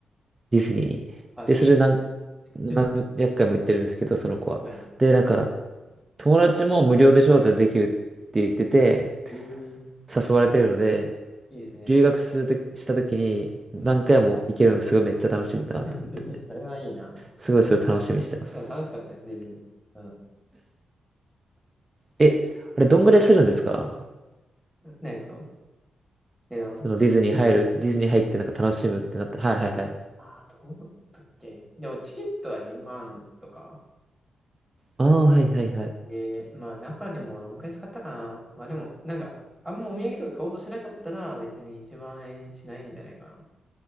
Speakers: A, on the right; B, in the centre.
A: ディズニーに。
B: はい、
A: で、それ何、
B: え
A: 何百回も行ってるんですけど、
B: ー、<laughs>
A: その子は。
B: やばいね。
A: で、なんか、友達も無料で招待できるって言ってて、
B: えー、
A: 誘われてるので、
B: すごいいいですね。
A: 留学するとき、した時に何回も行けるのがすごいめっちゃ楽しみだなと思って、
B: うんうん。<laughs> それはいいな。
A: すごいそれ楽しみにしてます。
B: でも楽しかったです、ディズニー。うん。
A: え、あれ、どんぐらいするんですか
B: な何ですか値段
A: そのディズニー入る、ディズニー入ってなんか楽しむってなった。はいはいはい。
B: ああー、どうだったっけでもチケットは2万とか
A: ああ、はいはいはい。
B: えー、まあ中でもどんくらい使ったかなまあでも、なんか、あんまお土産とか買おうとしなかったら別に1万円しないんじゃないかな。